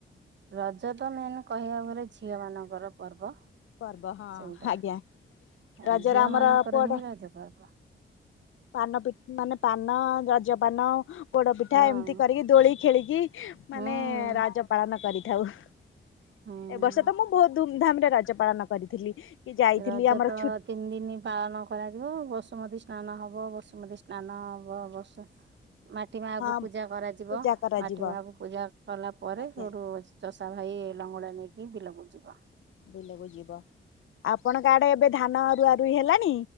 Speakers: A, on the right; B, on the left.
A: ରଜ ତ ମେନ୍ କହିବାକୁ ଗଲେ ଝିଅ ମାନଙ୍କର ପର୍ବ।
B: ପର୍ବ ହଁ
A: ସେଗୁଟା
B: ଆଜ୍ଞା।
A: ଆଉ
B: ରଜରେ
A: ଝିଅ
B: ଆମର
A: ମାନଙ୍କର
B: ପୋଡ
A: ହିଁ ରଜ ପର୍ବ।
B: ପାନ ପି ମାନେ, ପାନ ରଜ ପାନ। ପୋଡ ପିଠା
A: ହଁ।
B: ଏମିତି କରିକି ଦୋଳି ଖେଳିକି ମାନେ
A: ହଁ
B: ରଜ ପାଳନ କରିଥାଉ। ଏବ
A: ହଁ
B: ବର୍ଷ ତ ମୁଁ ବହୁତ ଧୁମ୍ ଧାମ୍ ରେ ରାଜ ପାଳନ କରିଥିଲି। କି ଯାଇଥିଲି
A: ରାଜ
B: ଆମର
A: ତ
B: ଛୁ
A: ତିନି ଦିନି ପାଳନ କରାଯିବ ବସୁମତୀ ସ୍ନାନ ହବ, ବସୁମତୀ ସ୍ନାନ ହବ ବସ ମାଟି ମା
B: ହଁ
A: କୁ ପୂଜା କରାଯିବ,
B: ପୂଜା କରାଯିବ
A: ମାଟି ମା କୁ ପୂଜା କଲା ପରେ
B: ଆଜ୍ଞା
A: ସୋଉଠୁ ଚଷା ଭାଇ ଲଙ୍ଗଳା ନେଇକି ବିଲକୁ ଯିବ।
B: ବିଲକୁ ଯିବ, ଆପଣଙ୍କ ଆଡେ ଏବେ ଧାନ ରୁଆ ରୁଇ ହେଲାଣି?